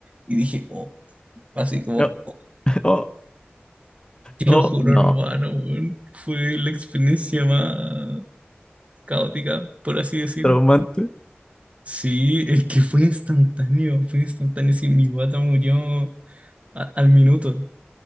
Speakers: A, on the right; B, on the left.
A: y dije, oh, así como,
B: <laughs> No,
A: oh,
B: oh,
A: te
B: oh,
A: lo juro,
B: no,
A: hermano, weón, fue la experiencia más caótica, por así decir.
B: traumante.
A: Sí, es que fue instantáneo, fue instantáneo. Sí, mi guata murió a- al minuto.